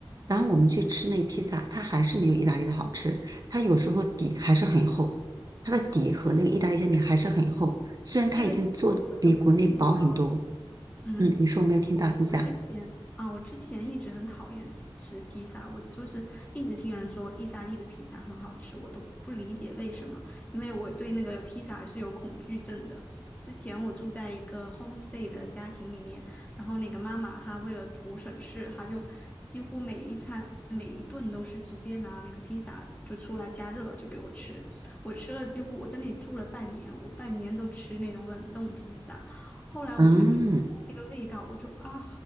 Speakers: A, on the right; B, on the left.
A: 然后我们去吃那个披萨，它还是没有意大利的好吃，它有时候底还是很厚，它的底和那个意大利煎饼还是很厚，虽然它已经做的比国内薄很多。
B: 那个厚的就跟面包一样。嗯。
A: 嗯，你说我没有听到，
B: 我我之前啊，
A: 你讲，
B: 我之前一直很讨厌吃披萨，我就是一直听人说意大利的披萨很好吃，我都不理解为什么，因为我对那个披萨是有恐惧症的。之前我住在一个 homestay 的家庭里面，然后那个妈妈她为了图省事，她就几乎每一餐每一顿都是直接拿那个披萨就出来加热就给我吃，我吃了几乎我在那里住了半年，我半年都吃那种冷冻披萨。后来我就一闻到那个味道，
A: 嗯
B: 我就啊，